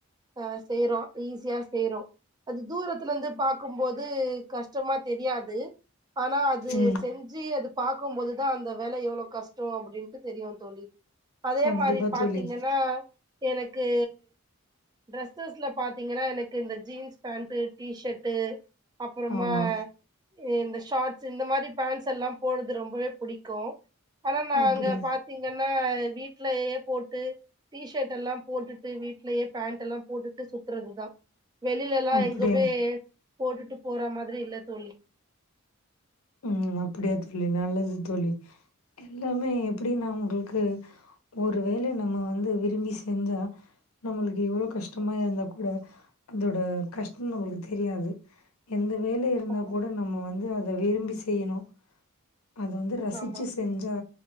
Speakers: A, on the right; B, on the left.
A: ஆ செய்றோ ஈஸியா செய்றோ அது தூரத்துல இருந்து பாக்கும்போது கஷ்டமா தெரியாது ஆனா அது செ
B: ம்
A: செஞ்சு அது பாக்கும் போதுதா அந்த வேல எவ்ளோ கஷ்டோ அப்டின்ட்டு தெரியு தோழி அதே
B: கண்டிப்பா
A: மாரி பாத்தீங்கன்னா
B: தோழி
A: எனக்கு ட்ரெஸ்சஸ்ல பாத் பாத்தீங்கன்னா எனக்கு இந்த ஜீன்ஸ் பேண்ட்டு டீ ஷட்டு அப்றமா
B: ஆமா
A: இந்த ஷாட்ஸ்சு இந்த மாரி பேண்ட்ஸ்சல்லா போடுறது ரொம்பவே புடிக் கு ஆனா நாங்க
B: அப்டி
A: பாத்தீங்கன்னா வீட்லையே போட்டு டீ ஷர்ட் எல்லா போட்டுட்டு வீட் வீட்லயே பேண்ட் எல்லா போட்டுட்டு சுத்துறதுதா வெளியிலல்லா
B: அப்டியா
A: எங்குமே போட்டுட்டு போற மாதிரி இல்ல தோழி
B: ம் அப்டியா தோழி நல்லது தோழி எல்லாமே எப்டினா உங்களுக்கு ஒரு வேல நம்ம வந்து விரும்பி செஞ்சா நம்மளுக்கு எவ்ளோ கஷ்டமா இருந்தா கூட அதோட கஷ்டம் நம்மளுக்கு தெரியாது எந்த வேல இருந்தா
A: ஆமா
B: கூட நம்ம வந்து அத விரும்பி செய்யணு அத வந்து ரசிச்சு
A: ஆமா
B: செஞ்சா